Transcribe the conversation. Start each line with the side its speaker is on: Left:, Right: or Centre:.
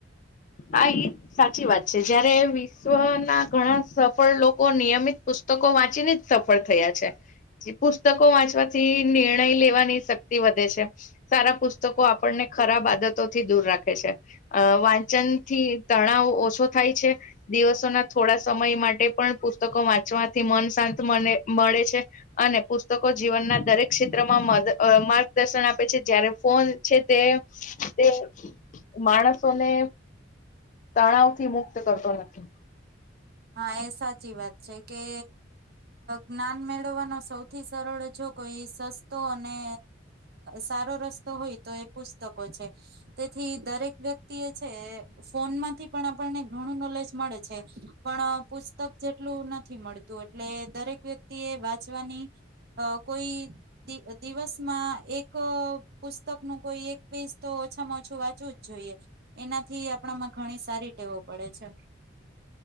Left: હા એ સાચી વાત છે જયારે વિશ્વ ના ઘણા સફળ લોકો નિયમિત પુસ્તકો વાંચીને જ સફળ થયા છે પુસ્તકો વાંચવાથી નિર્ણય લેવાની શક્તિ વધે છે સારા પુસ્તકો આપણને ખરાબ આદતો થી દૂર રાખે છે. વચનથી તણાવ ઓછો થાય છે દિવસોના થોડા સમય માટે પણ પુસ્તકો વાંચવાથી મન શાંત મને મળે છે અને પુસ્તકો જીવનના દરેક ક્ષેત્રમાં માર્ગદર્શન આપે છે જય્યારે ફોન છે તે તે માણસોને તણાવ થી મુક્ત કરતો નથી
Right: હા એ સાચી વાત છે કે જ્ઞાન મેળવવાનો સૌથી સરળ જો કોઈ સસ્તો અને સારી રસ્તો હોય તો એ પુસ્તકો છે. તેથી દરેક વ્યક્તિ એ છે ફોનમાંથી પણ આપણને ઘણું નોલેજ મળે છે. પણ પુસ્તક જેટલું નથી મળતું એટલે દરેક વ્યક્તિ એ વાંચવાની કોઈ દિવસમાં એક એક પુસ્તક નું કોઈ એક પેજ તો છમાં ઓછું વાચવું જ જોઈએ. એનાથી આપણામાં ઘણી સારી ટેવો પડે છે. <inaudible>